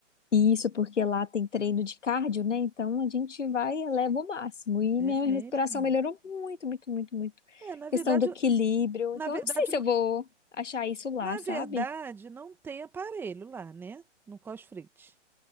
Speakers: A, on the left; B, in the centre.
A: E Isso porque lá tem treino de cardio, né? Então a gente vai e eleva o máximo. E
B: É
A: minha
B: mesmo.
A: respiração melhorou muito, muito, muito, muito.
B: É, na verdade,
A: Questão do equilíbrio.
B: na
A: Então
B: verdade,
A: eu não sei se
B: n-
A: eu vou achar isso lá,
B: na
A: sabe?
B: verdade, não tem aparelho lá, né? No CrossFit.